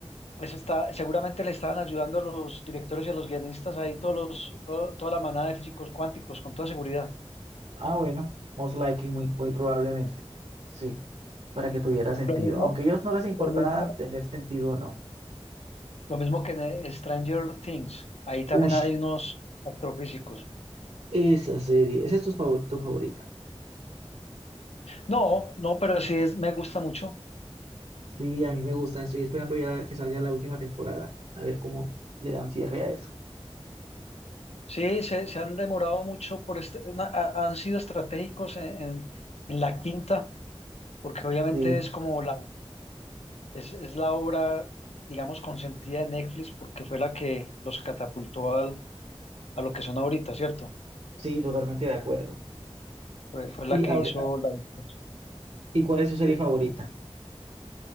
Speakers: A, on the left (about 75°); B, on the right (about 80°).
A: Eso está, seguramente le estaban ayudando a los directores y a los guionistas ahí, todos los, todo- toda la manada de físicos cuánticos, con toda seguridad.
B: Ah, bueno, most likely, muy, muy probablemente. Sí, para que tuviera sentido.
A: Lo mismo,
B: Aunque a ellos no les importaba
A: lo mismo,
B: tener sentido o no.
A: lo mismo que en eh, Stranger Things. Ahí también
B: Uy,
A: hay unos astrofísicos.
B: esa serie, esa es tu, favor- tu favorita.
A: No, no, pero sí es, me gusta mucho.
B: Sí, a mí me gusta, estoy esperando ya la- que salga la última temporada, a ver cómo le dan cierre a eso.
A: Sí, se, se han demorado mucho por este- na- ha- han sido estratégicos en, en- en la quinta, porque obviamente
B: Sí,
A: es como la, es, es la obra, digamos, consentida de Netflix, porque fue la que los catapultó al a lo que son ahorita, ¿cierto?
B: sí, totalmente de acuerdo.
A: Fue, fue
B: ¿Y,
A: la que
B: ahora,
A: hizo
B: ah,
A: la diferencia.
B: ¿y cuál es tu serie favorita?